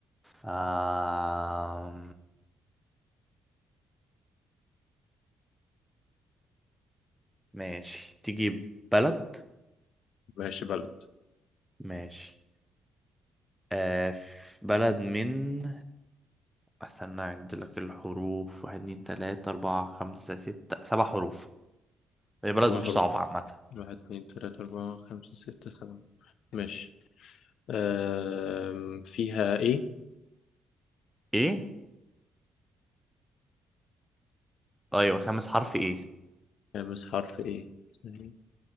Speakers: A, in the centre; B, on the left.
A: آه ماشي تيجي بلد
B: ماشي بلد
A: ماشي آه في بلد من استنى عند لك الحروف واحد اتنين تلاتة أربعة خمسة ستة سبع حروف هي بلد
B: أربع
A: مش
B: حروف
A: صعبة عامة
B: واحد اتنين تلاتة أربعة خمسة ستة سبعة ماشي أم... فيها ايه
A: ايه؟ أيوة خامس حرف ايه؟
B: خامس حرف ايه اتنين،